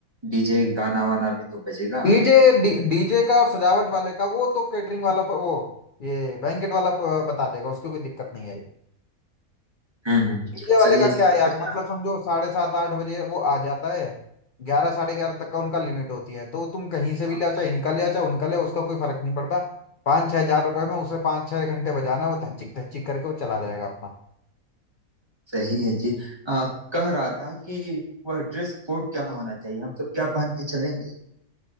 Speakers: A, on the right; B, on the left.
A: डीजे गाना वाना भी तो बजेगा
B: डीजे डीजे का और सजावट वाले का वो तो केटरिंग वाला प- वो ये बैंकेट वाला प- बता देगा उसकी कोई दिक्कत नहीं है
A: हम्म हम्म
B: मीडिया वाले
A: सही
B: का
A: है
B: क्या है यार
A: अच्छा
B: मतलब समझो साढ़े सात आठ बजे वो आ जाता है ग्यारह साढ़े ग्यारह तक का उनका लिमिट होती है तो तुम कहीं से भी
A: हाँ
B: ले आओ चाहे इनका ले आओ चाहे उनका ले आओ उसका कोई फर्क नहीं पड़ता पाँच छह हजार रुपए में उसे पाँच छह घंटे बजाना है, वो धच्चिक धच्चिक करके वो चला जाएगा अपना
A: सही है जी आ, कह रहा था कि वह ड्रेस कोड क्या होना चाहिए हम सब क्या पहन के चलेंगे